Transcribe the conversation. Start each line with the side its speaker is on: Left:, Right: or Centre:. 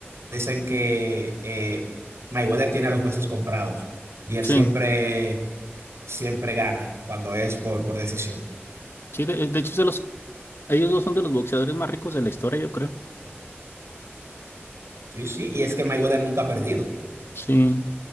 Right: Dicen que eh, Mayweather tiene a los jueces comprados y él
Left: Sí,
Right: siempre, siempre gana cuando es por, por decisión.
Left: sí, de, de hecho, es de los, ellos dos son de los boxeadores más ricos de la historia, yo creo.
Right: Sí, sí, y es que Mayweather nunca ha perdido,
Left: Sí.